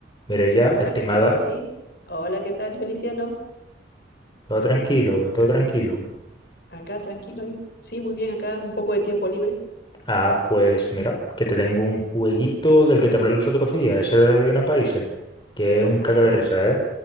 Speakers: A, on the left; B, on the left.
A: Mirella,
B: Hola,
A: estimada,
B: ¿qué tal? Sí. Hola, ¿qué tal, Feliciano?
A: todo tranquilo, todo tranquilo.
B: Acá, tranquilo. y- Sí, muy bien, acá, un poco de tiempo libre.
A: Ah, pues mira, que te tengo un jueguito del que te hablé los otros días, ese de Adivina Países, que es un caca
B: Ah,
A: de risa, ¿eh?